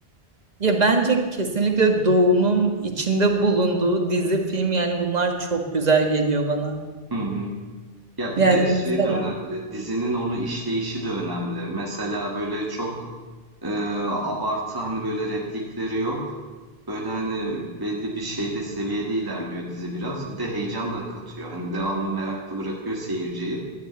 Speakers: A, on the right (about 40°); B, on the right (about 20°).
A: ya bence kesinlikle Doğu'nun içinde bulunduğu dizi, film yani bunlar çok güzel geliyor bana.
B: Hı hı. Ya bir
A: Yani
B: de şey
A: mesela
B: de önemli dizinin onu işleyişi de önemli. Mesela böyle çok Ee, abartı hani böyle replikleri yok. Böyle hani belli bir şeyde seviyede ilerliyor dizi biraz. Bir de heyecan da katıyor. Hani devamlı meraklı bırakıyor seyirciyi.